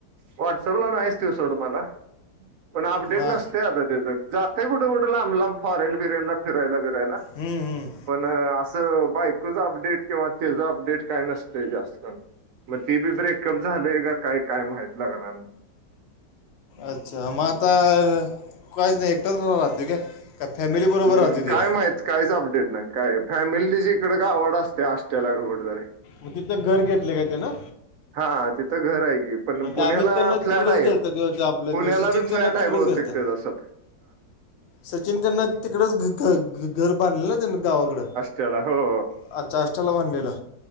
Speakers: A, on the right; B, on the left.
A: व्हॉट्सअप ला नाहीच ते सोडं म्हणा. पण अपडेट
B: मा
A: नसतंय आता त्याच जातं कुठे कुठं लांब लांब फॉरेन बिरेनला फिरायला बिरायला.
B: हम्म हम्म!
A: पण असं बायकोच अपडेट किंवा त्याचं अपडेट काय नसतंय जास्त मग, ते बी ब्रेकअप झालय का काय काय माहित लग्ना
B: अच्छा मग आता कायच नाही एकटाच राहतोय काय? का फॅमिली बरोबर
A: हम्म,
B: राहतो
A: काय
B: तो?
A: माहित काहीच अपडेट नाही काय फॅमिलीची त्याची इकडे गावाकडे असतीया आष्टट्याला का कुठेतरी!
B: मग तिथे घर घेतले काय त्यानं?
A: हा तिथं घर आहे की. पण पुण्याला
B: ते अमित कडनं
A: फ्लॅट
B: तिकडच
A: आहे
B: गेलता त्यो- त्यो आपलं
A: पुण्याला
B: त्यो सचिन
A: बी
B: कडनं
A: फ्लॅट आहे
B: तिकडच
A: बहुतेक
B: गेलता
A: त्याचा.
B: सचिन त्यांन तिकडंच घ घर बांधल ना त्यांना गावाकडं?
A: त्याला हो.
B: अच्छा आष्टत्याला बांधलेलं